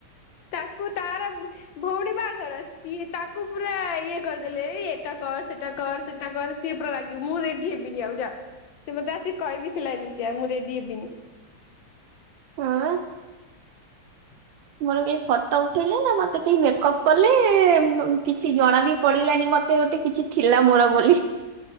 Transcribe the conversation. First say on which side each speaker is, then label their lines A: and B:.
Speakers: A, on the left; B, on the right.
A: ତାକୁ ତାର ବ ଭଉଣୀ ବାହାଘର ସିଏ ତାକୁ ପୁରା ଇଏ କରିଦେଲେ ଏଟା କର ସେଟା କର ସେଟା କର ସିଏ ପୁରା ଲାଗିବି ମୁଁ ରେଡି ହେବିନି ଆଉ ଯା ସେ ମତେ ଆସି କହିବିଥିଲା ଏମିତିଆ ମୁଁ ରେଡି ହେବିନି।
B: ହଁ
A: ହ
B: ମୋର କେହି ଫଟୋ ଉଠେଇଲେ ନା ମତେ କେହି ମେକଅପ୍ କଲେ କିଛି ଜଣା ବି ପଡିଲାନି ମତେ ଗୋଟେ କିଛି ଥିଲା ମୋର ବୋଲି।